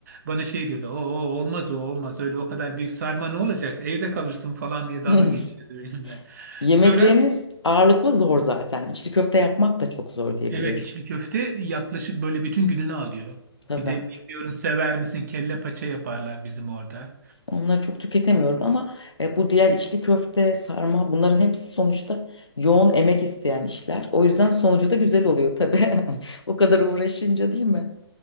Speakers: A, on the right; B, on the left.
A: Bana şey diyordu. O o, olmaz o olmaz öyle o kadar büyük sarma ne olacak? Evde kalırsın falan diye dalga
B: <laughs>
A: geçiyordu benimle.
B: Yemekleriniz
A: Sonra
B: ağırlıklı zor zaten. İçli köfte yapmak da çok zor diye
A: Evet
B: biliyorum.
A: içli köfte yaklaşık böyle bütün gününü alıyor.
B: Tabii.
A: Bir de bilmiyorum sever misin kelle paça yaparlar bizim orada.
B: Onları çok tüketemiyorum ama e, bu diğer içli köfte, sarma bunların hepsi sonuçta yoğun emek isteyen işler. O yüzden sonucu da güzel oluyor tabii. <laughs> O kadar uğraşınca değil mi?